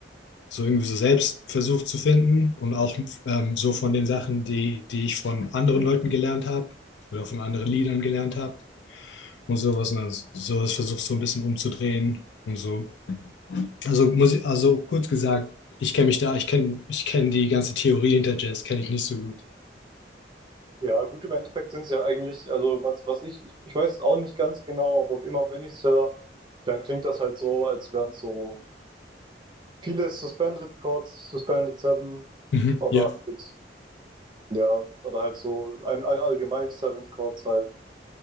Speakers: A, on the left; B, on the right.
A: so irgendwie so selbst versucht zu finden und auch ähm, so von den Sachen, die, die ich von anderen Leuten gelernt habe oder von anderen Liedern gelernt habe und sowas. Und dann so das versucht so ein bisschen umzudrehen und so. Also muss ich, also kurz gesagt, ich kenne mich da, ich kenne, ich kenne die ganze Theorie hinter Jazz, kenne ich nicht so gut.
B: Ja, gut, im Endeffekt sind es ja eigentlich, also was, was ich, ich, ich weiß es auch nicht ganz genau, aber immer wenn ich es höre, dann klingt das halt so, als wären es so viele Suspended Chords, Suspended Seven
A: Mhm.
B: oder
A: Ja.
B: halt Ja, oder halt so ein all- allgemein Seventh Chords halt.